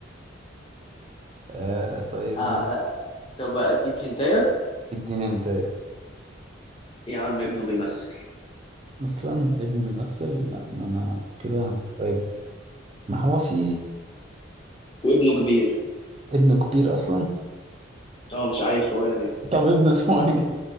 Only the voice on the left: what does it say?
آه
آه. طب اديك هنتايه
يا عم ابنه بيمثل
وابنه كبير
هو مش عيل صغير يعني